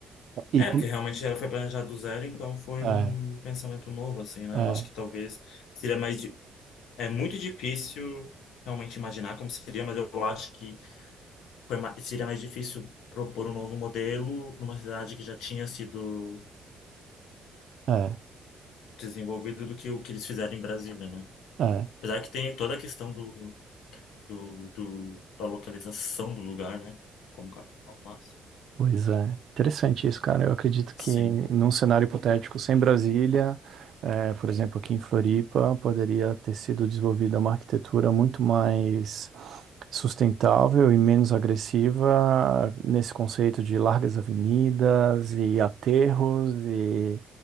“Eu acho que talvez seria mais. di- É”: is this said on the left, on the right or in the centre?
Left